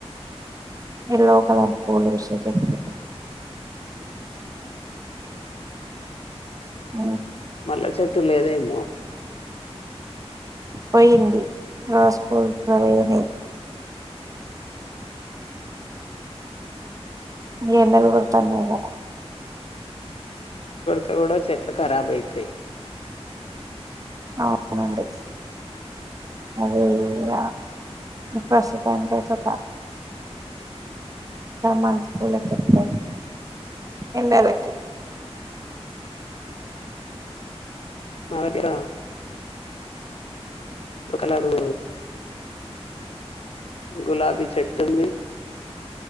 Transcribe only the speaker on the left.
మళ్ల చెట్టు లేదేమో
అట్ల కూడా చెట్లు కరాబ్ అయితయ్
మా దగ్గర ఒ కలరు గులాబీ చెట్టు ఉంది